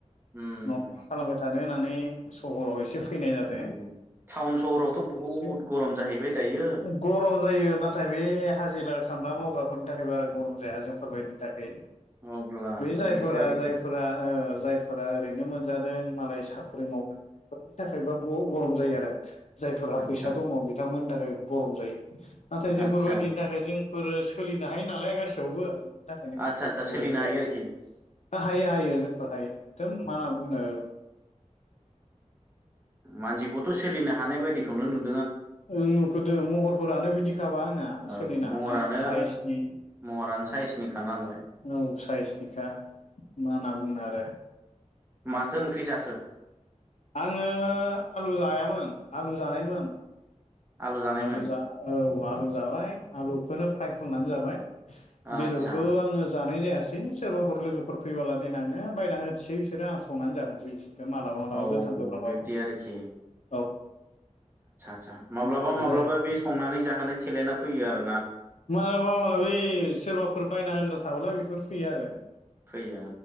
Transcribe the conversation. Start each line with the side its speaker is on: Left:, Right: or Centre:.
Right: उम
Left: न'आव मा खालामबाय थानो होननानै सहराव एसे फै फैनाय जादों
Right: उम टाउन सहरावथ' बहुद
Left: एसे
Right: गरम जाहैबाय दायो
Left: गरम जायो नाथाय बे हाजिर खामला मावग्राफोरनि थाखाय बारा गरम जाया जोंफोरबायदिनि थाखै
Right: अब्ला
Left: बे जायफोरा
Right: बिदिसो आरोखि
Left: जायफोरा ओ जायफोरा ओरैनो मोनजादों मालाय साखरि मावदों बेफोरनि थाखायबा ब गरम जायो आरो जायफोरहा
Right: आदसा
Left: फैसा दङ बिथांमोन थाखाय गरम जायो नाथाय जोंफोरबायदि
Right: आदसा
Left: जोंफोर सोलिनो हायो नालाय गासैयावबो बेनि थाखायनो बाराब
Right: आदसा आदसा
Left: गरम
Right: सोलिनो
Left: जाया
Right: हायो आरोखि
Left: हायो हायो जोंखो हायो एखदम मा होना बुङो
Right: मानसिखौथ' सोलिनो हानाय बायदिखौनो नु
Left: ओं नुखोदो महरफोरानो बिदिखाबा आंना
Right: औ
Left: सोलिनो
Right: महरानो
Left: हानाय साइसनि
Right: महरानो साइसनिखा नालाय
Left: औ साइसनिखा मा होनना बुंनो आरो
Right: माथो ओंख्रि जाखो
Left: आङो आलु जायामोन आलु जानायमोन
Right: आलु जानायमोन
Left: आलुजा औ आलु जाबाय आलुखोनो फ्राय खालनानै जाबाय
Right: आदसा
Left: बेदरखौ आङो जानाय जाया सै सोरबाफोर लोगोफोर फैबोला देनाङो बायना होदसै बिसोरो आं संनानै जाहोनोसै बिसोर मालाबा मालाबा
Right: औ
Left: गोथां गोब्रांबाबो
Right: बिब्दि आरोखि
Left: औ
Right: सा माब्लाबा
Left: बिदि
Right: माब्लाबा
Left: जाहैबाय
Right: बे संनानै जाहोनाय खेलेना फैयो आर'
Left: मालाबा मालेबि सोरबाफोर बायना होग्रा थाब्ला बिफोर फैयो आरो
Right: फैया